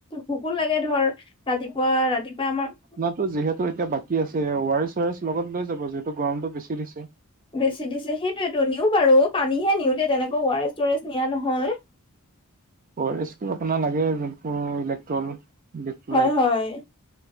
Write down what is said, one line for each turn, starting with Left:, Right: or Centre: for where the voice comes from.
Left: ভোকো লাগে ধৰ ৰাতিপুৱা ৰাতিপুৱা আমাৰ
Right: ত', যিহেতু এতিয়া বাকী আছে। ৱাৰেছ- ছোৱাৰেছ লগত লৈ যাব। যিহেতু গৰমটো বেছি দিছে।
Left: বেছি দিছে। সেইটোৱেটো নিও বাৰু পানীহে নিও দেই তেনেকৈ ৱাৰেছ- ছোৱাৰেছ নিয়া নহয়।
Right: ও আৰ এছ আপোনাৰ লাগে যোনটো ইলেক্ট্ৰল ইলেক্ট্ৰলাইট
Left: হয় হয়